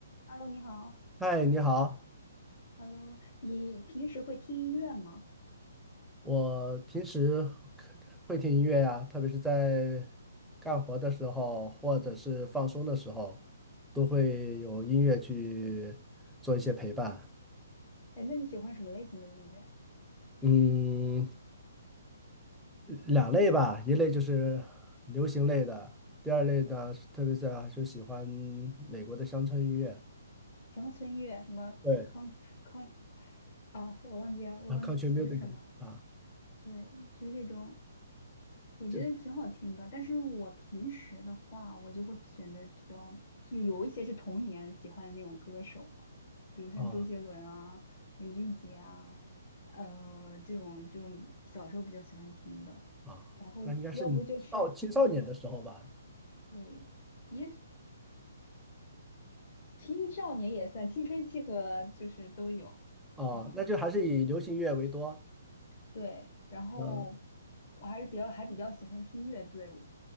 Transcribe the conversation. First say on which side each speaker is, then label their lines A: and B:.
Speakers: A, on the left; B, in the centre.
A: Hello，你好。
B: 嗨，你好，
A: Hello，你平时会听音乐吗？
B: 我平时会听音乐呀，特别是在干活的时候，或者是放松的时候，都会有音乐去做一些陪伴。
A: 哎，那你喜欢什么类型的音乐？
B: 嗯，两类吧，一类就是流行类的，第二类呢，特别是啊就喜欢美国的乡村音乐，
A: 乡村音乐，什么
B: 对，
A: country country 啊？我忘记了，我忘记词是什么。
B: 啊，country music 啊，
A: 对，就是那种我觉得挺好听的。
B: 就是
A: 但是我平时的话，我就会选的比较，就有一些是童年喜欢的那种歌手嘛，比如像周杰伦啊、
B: 啊
A: 林俊杰啊，呃，这种就小时候比较喜欢听的。
B: 啊，
A: 然后要不就是对。
B: 那应该是你少青少年的时候吧？
A: 对，也青少年也算，青春期和就是都有，
B: 啊，
A: 这样
B: 那就还是以流行乐为多。
A: 对。然后
B: 嗯
A: 我还是比较还比较喜欢听乐队，